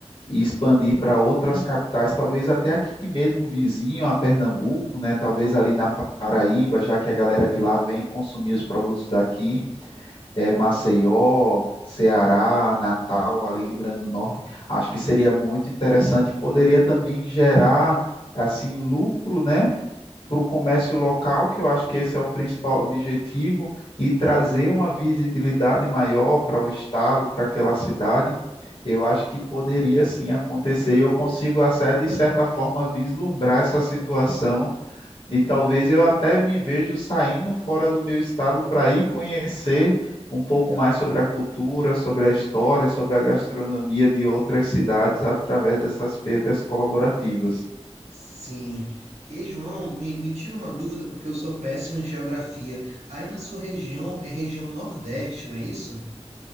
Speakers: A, on the left (about 55°); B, on the right (about 80°).
A: e expandir para outras capitais, talvez até aqui mesmo vizinho a Pernambuco, né? Talvez ali na Paraíba, já que a galera de lá vem consumir os produtos daqui,
B: Uhum,
A: é, Maceió, Ceará, Natal, ali Rio Grande do Norte. Acho que seria muito interessante, poderia também gerar assim lucro, né? para o comércio local, que eu acho que esse é o principal objetivo, e trazer uma visibilidade maior para o estado, para aquela cidade, eu acho que poderia sim acontecer. Eu consigo até, de certa forma, vislumbrar essa situação de talvez eu até me vejo saindo fora do meu estado para ir conhecer um
B: legal.
A: pouco mais sobre a cultura, sobre a história, sobre a gastronomia de outras cidades através dessas feiras colaborativas.
B: Sim. E João, me, me tira uma dúvida, porque eu sou péssimo em geografia. Aí na sua região é região Nordeste, não é isso?